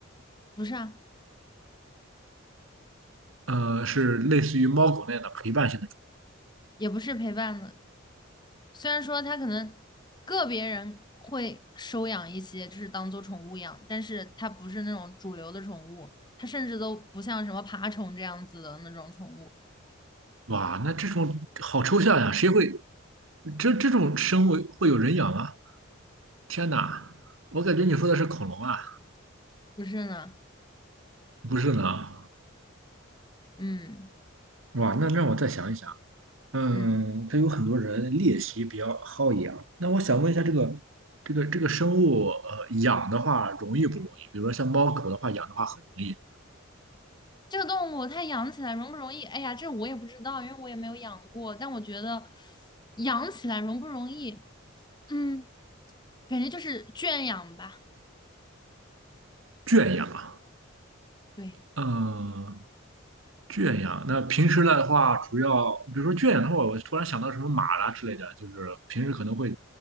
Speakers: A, on the left (about 20°); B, on the right (about 70°).
A: 不是啊，
B: 呃，是类似于猫狗那样的陪伴性的。
A: 也不是陪伴的，虽然说它可能个别人会收养一些，就是当做宠物养，但是它不是那种主流的宠物，它甚至都不像什么爬虫这样子的那种宠物，
B: 哇，那这种好抽象呀，谁会这这种生物会有人养啊？天哪，我感觉你说的是恐龙啊，
A: 不是呢？
B: 不是呢？
A: 嗯
B: 哇，那让我再想一想。嗯，
A: 嗯，
B: 它有很多人猎奇比较好养。那我想问一下，这个这个这个生物，呃，养的话容易不容易？比如说像猫狗的话，养的话很容易
A: 这个动物它养起来容不容易？哎呀，这我也不知道，因为我也没有养过，但我觉得养起来容不容易？嗯，感觉就是圈养吧。
B: 圈养啊。
A: 对，
B: 嗯、圈养，那平时的话，主要比如说圈养的话，我突然想到什么马啦之类的，就是平时可能会